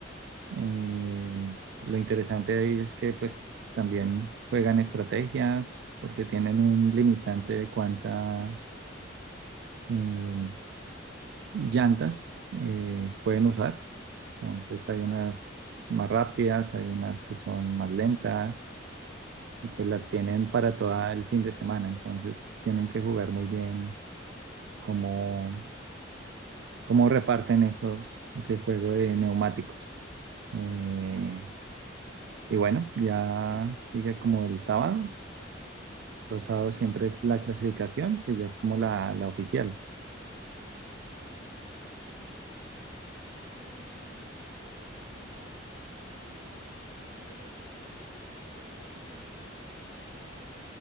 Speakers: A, on the right (about 65°); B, on the right (about 35°).
A: Eh, lo interesante de ahí es que pues también juegan estrategias porque tienen un limitante de cuántas eh, llantas eh, pueden usar. Entonces hay unas más rápidas, hay unas que son más lentas y pues las tienen para todo el fin de semana. Entonces tienen que jugar muy bien cómo, cómo reparten esos, ese juego de neumáticos. Eh, y bueno, ya sigue como el sábado. Los sábados siempre es la clasificación, que ya es como la, la oficial.
B: Ok. Ah, claro, qué complicado. La otra vez vi, me salió un video de este argentino que no sé en qué, en qué team estaba.